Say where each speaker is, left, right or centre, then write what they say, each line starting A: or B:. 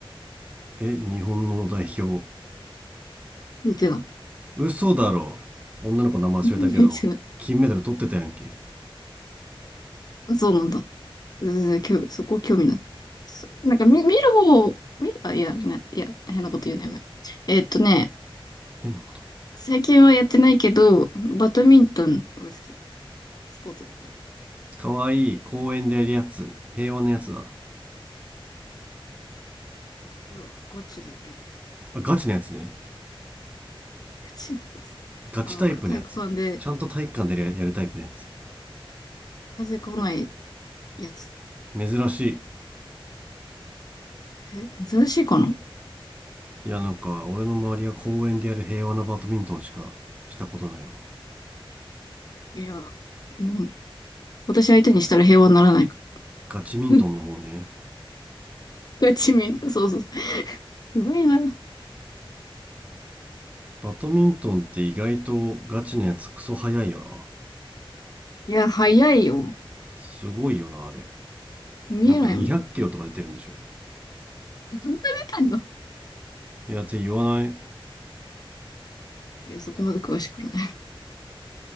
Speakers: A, on the right; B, on the left.
A: え、日本の代表。
B: 見てな
A: 嘘だろ。女の子の名前忘れたけど、
B: い。うん見てない。
A: 金メダル取ってたやんけ。
B: あ、そうなんだ。全然興味、そこ興味ない。そなんか見、見る方、見る、あ、いや、ね、いや、変なこと言うね。やめようえっとね、
A: 変なこと。
B: 最近はやってないけど、バドミントンは好き。スポーツだったら。
A: かわいい公園でやるやつ平和なやつだ
B: いや、ガチだけど。
A: あガチのやつね
B: ガチなやつ。
A: ガチタイプのやつちゃんと体育館でやるやるタイプのやつ
B: あの、体育館で風来ないやつ。
A: 珍しい
B: え、珍しいかな
A: いやなんか俺の周りは公園でやる平和なバドミントンしかしたことないわ
B: いや、うん。私相手にしたら平和にならないか
A: ガチミントンの方ね
B: ら。<laughs> ガチみんな、そうそう。うまいな。
A: バドミントンって意外とガチのやつクソ速いよな
B: いや、早いよ。
A: すごいよなあれ
B: 見えないもん。
A: なんか200キロとか出てるんでしょ
B: どんな出たの
A: いやって言わない
B: いや、そこまで詳しくない。